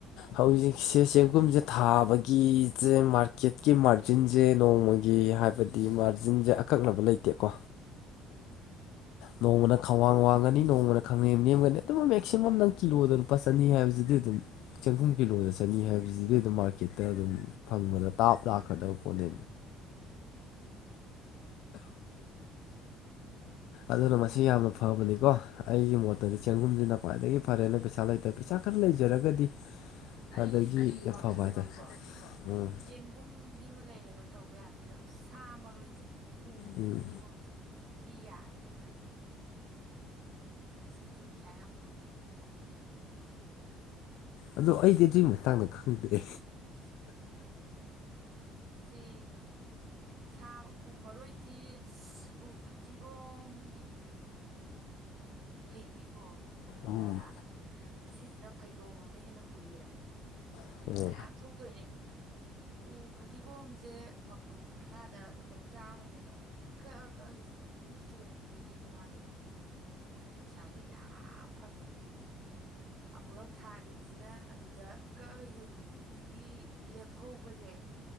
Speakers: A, on the left; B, on the right.
A: ꯍꯧꯖꯤꯛꯁꯦ ꯆꯦꯡꯒꯨꯝꯁꯦ ꯊꯥꯕꯒꯤꯁꯦ ꯃꯥꯔꯀꯦꯠꯀꯤ ꯃꯥꯔꯖꯤꯟꯁꯦ ꯅꯣꯡꯃꯒꯤ ꯐꯤ ꯍꯥꯏꯕꯗꯤ ꯃꯥꯔꯖꯤꯟꯁꯦ ꯑꯀꯛꯅꯕ ꯂꯩꯇꯦꯀꯣ
B: ꯎꯝ
A: ꯅꯣꯡꯃꯅ ꯈ꯭ꯋꯥꯡ ꯋꯥꯡꯒꯅꯤ ꯅꯣꯡꯃꯅ ꯈꯥꯡꯅꯦꯝ ꯅꯦꯝꯒꯅꯤ ꯑꯗꯨ ꯃꯦꯛꯁꯤꯃꯝ ꯅꯪ ꯀꯤꯂꯣꯗ ꯂꯨꯄꯥ ꯆꯅꯤ ꯍꯥꯏꯕꯁꯤꯗꯤ ꯑꯗꯨꯝ ꯆꯪꯈꯨꯝ ꯀꯤꯂꯣꯗ ꯆꯅꯤ ꯍꯥꯏꯕꯁꯤꯗꯤ ꯑꯗꯨꯝ ꯃꯥꯔꯀꯦꯠ ꯍꯦꯛꯇ ꯑꯗꯨꯝ ꯐꯪꯕꯗ ꯇꯥꯞ ꯂꯥꯛꯀ꯭ꯔꯗꯕ ꯄꯣꯠꯅꯦ
B: ꯎꯝ
A: ꯑꯗꯨꯅ ꯃꯁꯤ ꯌꯥꯝꯅ ꯐꯕꯅꯤꯀꯣ ꯑꯩꯒꯤ ꯃꯣꯠꯇꯗꯤ ꯆꯦꯡꯒꯨꯝꯁꯤꯅ ꯈ꯭ꯋꯥꯏꯗꯒꯤ ꯐꯔꯦꯅ ꯄꯩꯁꯥ ꯂꯩꯇꯦ ꯄꯩꯁꯥ ꯈꯔ ꯂꯩꯖꯔꯒꯗꯤ
B: ꯑꯩꯒꯤ
A: ꯑꯗꯒꯤ ꯑꯐꯕ
B: ꯋꯥꯈꯜꯗꯗꯤꯀꯣ
A: ꯍꯥꯏꯇꯥꯔꯦ ꯎꯝ
B: ꯆꯦꯡꯒꯨꯝꯗꯤꯃ ꯂꯩꯔꯦꯀꯣ ꯇꯧꯕ ꯌꯥꯕꯁꯤ ꯑꯗꯣ ꯁꯥ ꯃꯔꯣꯏꯁꯦ ꯎꯃꯨ
A: ꯎꯝ
B: ꯐꯗꯤꯒꯣꯝꯁꯦ ꯁꯤ ꯌꯥꯏꯌꯦ ꯈꯜꯂꯦ ꯃꯁꯤꯁꯨ ꯄꯩꯁꯥ ꯌꯥꯝ ꯐꯪꯉꯦꯕ ꯀꯣ
A: ꯑꯗꯨ ꯑꯩꯗꯤ ꯑꯗꯨꯒꯤ ꯃꯇꯥꯡꯗ ꯈꯪꯗꯦ
B: <unintelligible> ꯁꯤ ꯁꯥ ꯎ ꯃꯔꯣꯏꯁꯤ ꯎ ꯐꯗꯤꯒꯣꯝꯒꯤ ꯡꯈꯩꯕꯤꯀꯣ ꯍ ꯉꯧꯇꯥꯗ
A: ꯎꯝ
B: ꯃꯁꯤꯁꯤꯅ ꯐꯩꯗꯣꯝ ꯑꯃ ꯍꯦꯟꯅ ꯍꯨꯜꯂꯦꯕ
A: ꯎꯝ
B: ꯃꯌꯥꯝ
A: ꯎꯝ
B: ꯊꯣꯛꯇꯣꯏꯅꯦ ꯎ ꯐꯗꯤꯒꯣꯝꯁꯦ ꯃꯄꯨꯟ ꯀꯨꯟꯊ꯭ꯔꯥꯗ ꯂꯨꯄꯥ ꯆꯥꯝꯃꯅꯦꯕ ꯀꯛꯑ ꯀꯛꯑꯒ ꯁꯨꯝ ꯆꯣꯡꯗꯣꯏꯅꯦꯕ ꯃꯥꯗꯤ ꯅ ꯄꯩꯁꯥꯁꯦ ꯌꯥꯝ ꯐꯪꯉꯦꯕ ꯑꯃꯨꯔꯛ ꯊꯥꯈꯤꯕꯁꯤꯅ ꯑꯗꯨꯗ ꯀꯛꯑꯒ ꯌꯣꯟꯈꯤꯕꯗꯒꯤ ꯂꯦꯝꯍꯧꯕꯁꯦ